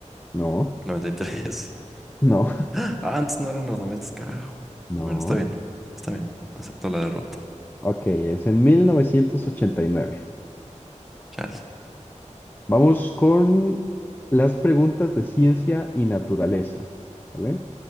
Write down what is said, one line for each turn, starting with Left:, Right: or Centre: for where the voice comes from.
Left: no,
Centre: noventa y nueve, 99, 91, 93.
Left: no,
Centre: <laughs> Ah, antes no eran los 90, carajo.
Left: <laughs> no.
Centre: Bueno, está bien, está bien. Acepto la derrota.
Left: Ok, es en mil novecientos ochenta y nueve
Centre: Chale.
Left: Vamos con las preguntas de ciencia y naturaleza. ¿Vale?